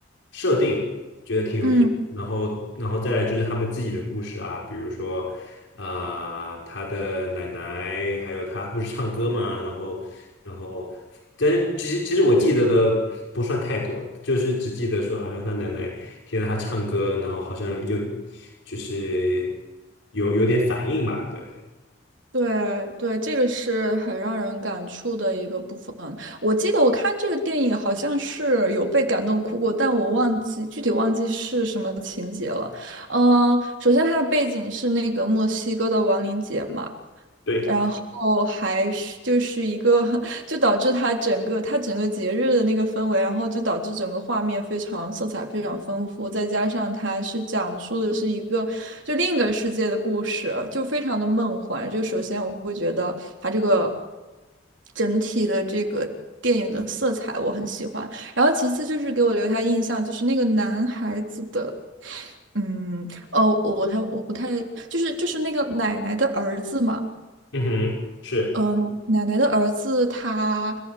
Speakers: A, on the left; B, on the right.
A: 设定。觉得挺有意思。
B: 嗯。
A: 然后，然后再来就是他们自己的故事啊，比如说，啊、他的奶奶，还有他不是唱歌嘛，然后，然后，但是其实其实我记得的不算太多，就是只记得说好像他奶奶听到他唱歌，然后好像有就是有有点反应吧，对
B: 对对，这个是很让人感触的一个部分。我记得我看这个电影好像是有被感动哭过，但我忘记具体忘记是什么情节了。嗯、首先它的背景是那个墨西哥的亡灵节嘛，
A: 对，
B: 然后还是就是一个，<laughs> 就导致它整个它整个节日的那个氛围，然后就导致整个画面非常色彩非常丰富，再加上它是讲述的是一个就另一个世界的故事，就非常的梦幻。就首先我会觉得它这个整体的这个电影的色彩我很喜欢，然后其次就是给我留下印象就是那个男孩子的。嗯，哦，我他我不太，就是就是那个奶奶的儿子嘛，
A: 嗯哼，是，
B: 呃，奶奶的儿子他